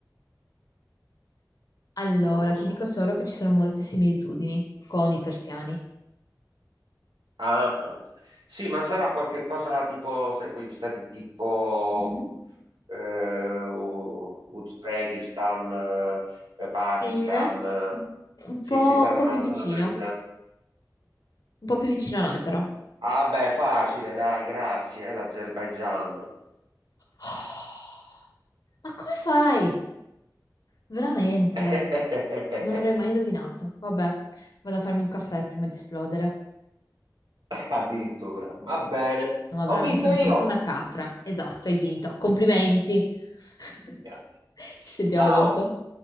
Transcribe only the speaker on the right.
Non lo
so.
Ah, ah. sì, ma sarà qualche cosa tipo, sai, quegli stati tipo
eh, U- Uzbekistan, eh, Pakistan.
eh.
Sì,
sì, sarà
una
zona del
genere.
Ah beh, facile, dai, grazie, è l'Azerbaigian.
<laughs>
Addirittura. Va bene.
Ho
vinto
io.
Grazie.
Ciao.